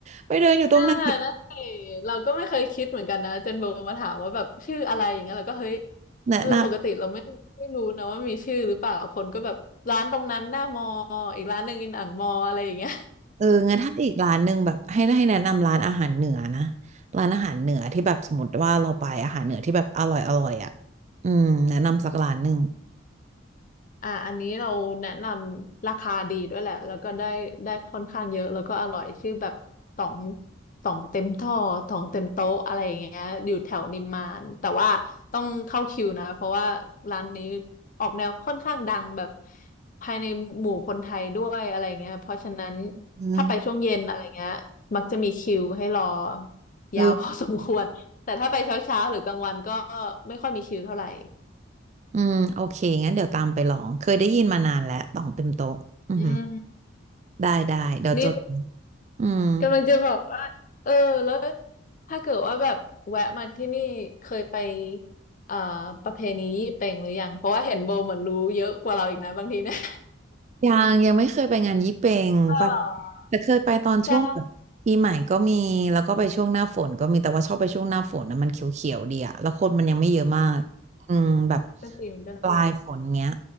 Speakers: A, on the right; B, on the left.
A: ไปเดินอยู่ตรงไหน
B: อ่านะสิเราก็ไม่เคยคิดเหมือนกันนะจนโบมาถามว่าแบบชื่ออะไรอย่างเงี้ยเราก็เฮ้ย
A: <laughs> แนะน
B: เออปกติเราไม่ไม่รู้นะว่ามีชื่อหรือเปล่าคนก็แบบร้านตรงนั้นหน้ามออีกร้านหนึ่งอินอ่างมออะไรอย่างเงี้ย
A: ำเอองั้นถ้าอีกร้านหนึ่งแบบให้ให้แนะนำร้านอาหารเหนือนะร้านอาหารเหนือที่แบบสมมติว่าเราไปอาหารเหนือที่แบบอร่อยอร่อยอ่ะอืมแนะนำสักร้านหนึ่ง
B: อ่าอันนี้เราแนะนำราคาดีด้วยแหละแล้วก็ได้ได้ค่อนข้างเยอะแล้วก็อร่อยชื่อแบบต่องต่องเต็มท่อต่องเต็มโต๊ะอะไรอย่างเงี้ยอยู่แถวนิมมานแต่ว่าต้องเข้าคิวนะเพราะว่าร้านนี้ออกแนวค่อนข้างดังแบบภายในหมู่คนไทยด้วยอะไรเงี้ยเพราะฉะนั้น
A: เออ
B: ถ้าไปช่วงเย็นอะไรเงี้ยมักจะมีคิวให้รอ
A: เออ
B: ยาวพอสมควร <laughs> แต่ถ้าไปเช้าๆหรือกลางวันก็ไม่ค่อยมีคิวเท่าไหร่
A: อืมโอเคงั้นเดี๋ยวตามไปลองเคยได้ยินมานานแล้วต่องเต็มโต๊ะอือหือ
B: อืม
A: ได้ได้เดี๋ยวจด
B: นี่
A: อืม
B: กำลังจะบอกว่าเออแล้วถ้าเกิดว่าแบบแวะมาที่นี่เคยไปเอ่อประเพณียี่เป็งหรือยังเพราะว่าเห็นโบเหมือนรู้เยอะกว่าเราอีกนะบางทีเนี่ย
A: ยังยังไม่เคยไปงานยี่เป็งไป
B: <laughs> เออ
A: แต่เคยไปตอนช่วงแบบปีใหม่ก็มีแล้วก็ไปช่วงหน้าฝนก็มีแต่ว่าชอบไปช่วงหน้าฝนนะมันเขียวๆดีอะแล้วคนมันยังไม่เยอะมากอืมแบบ
B: ใช่ก็จริงก็จริง
A: ปลายฝนเงี้ย